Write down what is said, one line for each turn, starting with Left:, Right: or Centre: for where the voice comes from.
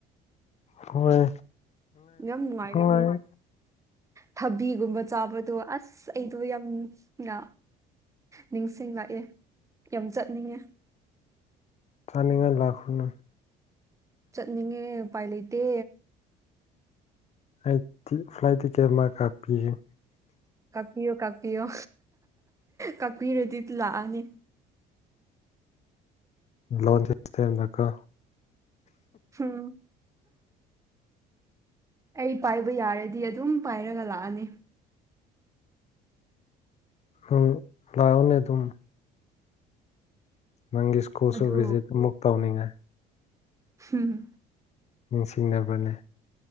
Left: ꯍꯣꯏ
Right: ꯌꯥꯝ ꯅꯨꯡꯉꯥꯏꯒꯅꯤ
Left: ꯍꯣꯏ
Right: ꯊꯕꯤꯒꯨꯝꯕ ꯆꯥꯕꯗꯣ ꯑꯁ ꯑꯁ ꯑꯩꯗꯣ ꯌꯥꯝꯅ ꯅꯤꯡꯁꯤꯡꯂꯛꯑꯦ ꯌꯥꯝ ꯆꯠꯅꯤꯡꯉꯦ
Left: ꯆꯥꯅꯤꯡꯉꯥꯏ ꯂꯥꯛꯈ꯭ꯔꯅ
Right: ꯆꯠꯅꯤꯡꯉꯦ ꯎꯄꯥꯏ ꯂꯩꯇꯦ
Left: ꯑꯩ ꯇꯤ ꯐ꯭ꯂꯥꯏꯠ ꯇꯤꯀꯦꯠ ꯃꯥ ꯀꯛꯄꯤꯒꯦ
Right: ꯀꯛꯄꯤꯌꯣ ꯀꯛꯄꯤꯌꯣ ꯀꯛꯄꯤꯔꯗꯤ ꯂꯥꯛꯑꯅꯤ
Left: ꯂꯆꯁꯦ ꯇꯀ
Right: ꯍꯝ ꯑꯩ ꯄꯥꯏꯕ ꯌꯥꯔꯗꯤ ꯑꯗꯨꯝ ꯄꯥꯏꯔꯒ ꯂꯥꯛꯑꯅꯤ
Left: ꯑꯗꯨ ꯂꯣꯅꯦ ꯑꯗꯨꯝ ꯅꯪꯒꯤ ꯁ꯭ꯀꯨꯜꯁꯨ
Right: ꯑꯗꯨ
Left: ꯚꯤꯖꯤꯠ ꯑꯃꯨꯛ ꯇꯧꯅꯤꯡꯉꯥꯏ
Right: ꯍꯝ
Left: ꯅꯤꯡꯁꯤꯡꯅꯕꯅꯦ